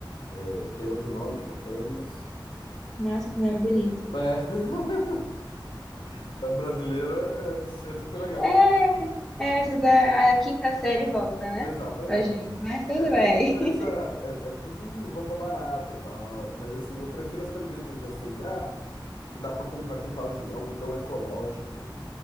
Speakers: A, on the left; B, in the centre.
A: é- tem outro nome, chama Pennies.
B: Nossa, que nome bonito.
A: É, <laughs> pra brasileiro é, é super legal.
B: É, é essa da a quinta série volta, né?
A: Exatamente.
B: Pra gente, mas tudo
A: É tudo
B: bem.
A: coisa,
B: <laughs>
A: é, é tudo roupa barata, tal, mas assim, eu prefiro as camisetas da C&A, porque dá pra comprar com tal de algodão ecológico